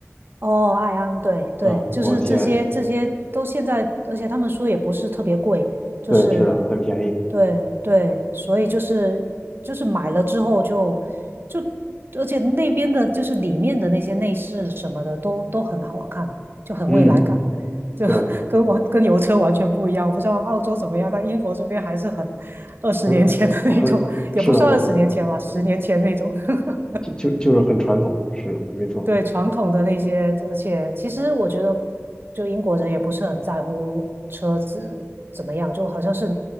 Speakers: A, on the right; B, on the left.
A: 哦，爱安，对对，
B: 啊，
A: 就是这些这些都现在，
B: 广汽埃安，
A: 而且他们说也不是特别贵，就是
B: 对，是的，很便宜，
A: 对对，所以就是就是买了之后就就，而且那边的就是里面的那些内饰什么的都都很好看，就很未来感，
B: 嗯，
A: 就
B: 对，
A: <laughs> 跟我跟油车完全不一样。我不知道澳洲怎么样，但英国这边还是很二十年前的那种，
B: 很很是的，
A: 也不算二十年前吧，
B: 很
A: 十年前那种。<laughs>
B: 就就就是很传统，是的，没错，
A: 对传统的那些，而且其实我觉得，就英国人也不是很在乎车子怎么样，就好像是